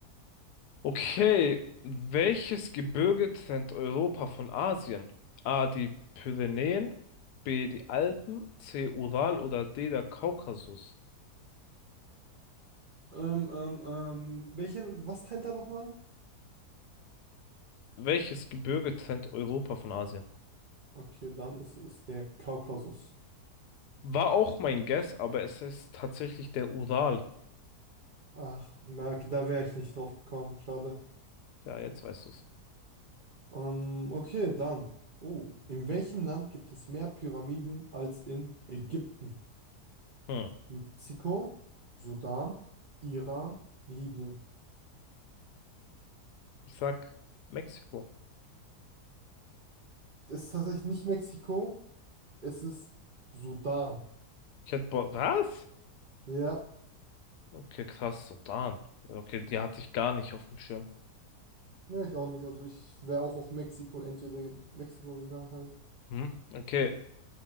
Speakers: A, on the left; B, on the right.
A: Okay, welches Gebirge trennt Europa von Asien? A, die Pyrenäen, B, die Alpen, C, Ural oder D, der Kaukasus.
B: Ähm, ähm, ähm, welchen, was trennt er nochmal?
A: Welches Gebirge trennt Europa von Asien?
B: Okay, dann ist es der Kaukasus.
A: War auch mein Guess, aber es ist tatsächlich der Ural.
B: Ach, na, okay, da wäre ich nicht drauf gekommen. Schade.
A: Ja, jetzt weißt du's.
B: Ähm, okay, dann. Oh, in welchem Land gibt es mehr Pyramiden als in Ägypten?
A: Hm.
B: Mexiko, Sudan, Iran, Libyen.
A: Ich sag Mexiko.
B: Es ist tatsächlich nicht Mexiko, es ist Sudan.
A: Ich hätte, bo- was?
B: Ja,
A: Okay, krass, Sudan. Okay, die hatte ich gar nicht auf dem Schirm.
B: ne, ich auch nicht. Also ich wäre auch auf Mexiko, entweder Mexiko gegangen halt.
A: Hm? Okay.